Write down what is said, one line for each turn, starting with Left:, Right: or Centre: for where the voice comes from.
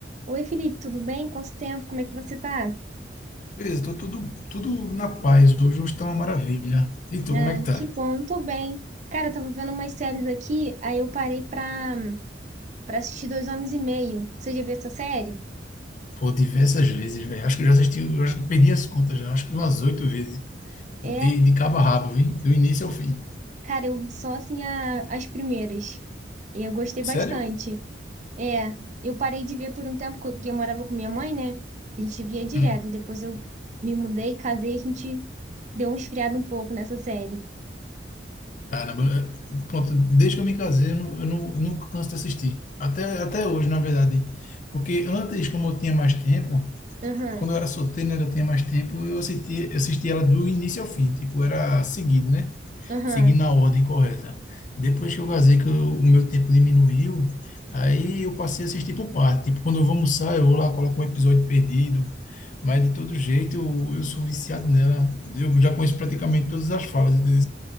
Right: Oi, Felipe, tudo bem? Quanto tempo? Como é que você tá?
Left: Beleza, tô tudo, tudo na paz. Hoje hoje tá uma maravilha. E tu,
Right: Ah,
Left: como é que tá?
Right: que bom, eu tô bem. Cara, eu tava vendo umas séries aqui, aí eu parei pra, pra assistir Dois Homens e Meio. Você já viu essa série?
Left: Pô, diversas vezes, velho. Acho que eu já assisti, eu acho que perdi as contas já. Acho que umas oito vezes. De,
Right: É,
Left: de cabo a rabo, viu? Do início ao fim.
Right: cara, eu vi só assim a- as primeiras. E eu gostei
Left: Sério?
Right: bastante. É, eu parei de ver por um tempo, porque eu morava com minha mãe, né? A gente via direto.
Left: Hum,
Right: e Depois eu me mudei, casei, a gente deu um esfriado um pouco nessa série.
Left: caramba, é- pronto, desde que eu me casei, eu não, eu não, não canso de assistir. Até, até hoje, na verdade. Porque antes, como eu tinha mais tempo,
Right: Aham,
Left: quando eu era solteiro, né, eu tinha mais tempo, eu assistia, assistia ela do início ao fim. Tipo, era seguido, né?
Right: aham,
Left: seguindo a ordem correta. Depois que eu casei, que eu- o meu tempo diminuiu, aí eu passei a assistir por parte. Tipo, quando eu vou almoçar, eu vou lá, coloco um episódio perdido, mas de todo jeito eu, eu sou viciado nela. Eu já conheço praticamente todas as falas, entendeu?